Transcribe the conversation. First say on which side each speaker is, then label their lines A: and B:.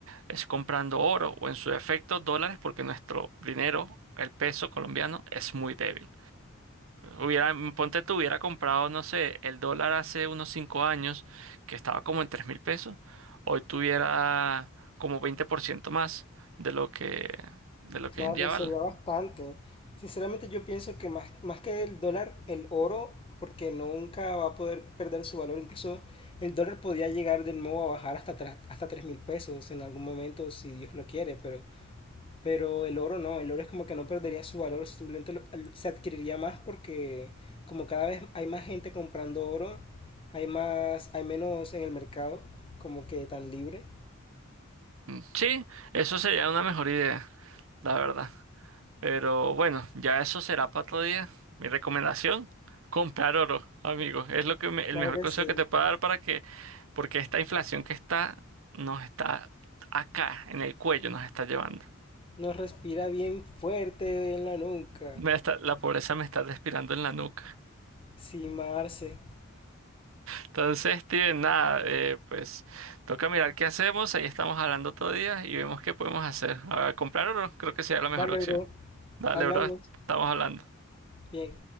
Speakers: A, on the right; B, on the left.
A: es comprando oro o en su defecto dólares, porque nuestro dinero, el peso colombiano, es muy débil. Hubiera, ponte tú, hubiera comprado, no sé, el dólar hace unos 5 años, que estaba como en tres mil pesos, hoy tuviera como 20% más de lo que, de lo que
B: claro
A: hoy en día
B: y
A: vale.
B: sería bastante. Sinceramente yo pienso que más, más que el dólar, el oro, porque nunca va a poder perder su valor. Incluso el dólar podría llegar de nuevo a bajar hasta, tra- hasta tres mil pesos en algún momento, si Dios lo quiere, pero Pero el oro no, el oro es como que no perdería su valor, simplemente lo- al- se adquiriría más porque como cada vez hay más gente comprando oro, hay más, hay menos en el mercado, como que tan libre.
A: Mm, Sí, eso sería una mejor idea, la verdad. Pero bueno, ya eso será para otro día. Mi recomendación, comprar oro, amigo. Es lo que me- el
B: Claro
A: mejor
B: que
A: consejo
B: sí.
A: que te puedo dar para que, porque esta inflación que está, nos está acá, en el cuello, nos está llevando.
B: Nos respira bien fuerte en la nuca.
A: Me está- la pobreza me está respirando en la nuca.
B: Sí, Marce.
A: Entonces, Steven, nada, eh, pues toca mirar qué hacemos. Ahí estamos hablando todo día y vemos qué podemos hacer. A comprar oro, creo que sería la
B: Dale,
A: mejor opción.
B: bro.
A: Dale,
B: Hablamos.
A: bro, estamos hablando.
B: Bien.